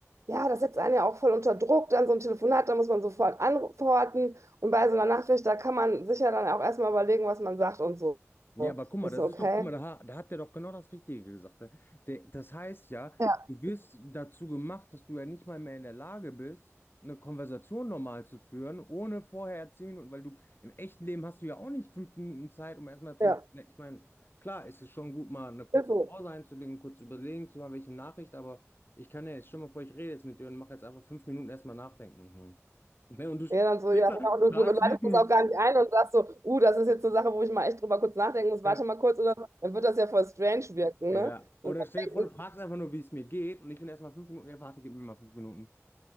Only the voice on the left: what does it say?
Ja, aber guck mal,
das
ist doch, guck mal, da, ha- da hat der doch genau das Richtige gesagt. ne? Der, das heißt ja,
du wirst dazu gemacht, dass du ja nicht mal mehr in der Lage bist, eine Konversation normal zu führen, ohne vorher zehn Minuten, weil du im echten Leben hast du ja auch nicht fünf Minuten Zeit, um erstmal zu,
ne, ich meine, klar, es ist schon gut, mal eine kurze
Pause einzulegen, kurz überlegen zu haben, welche Nachricht, aber ich kann ja jetzt, stell mal vor, ich rede jetzt mit dir und mache jetzt einfach fünf Minuten erstmal nachdenken. Mhm. Ne, Und du stehst
da,
fragst,
wie es mir.
ja.
Ja.
Oder
stell dir vor,
du fragst einfach nur, wie es mir geht und ich bin erstmal fünf Minuten, ja, warte, gib mir mal fünf Minuten.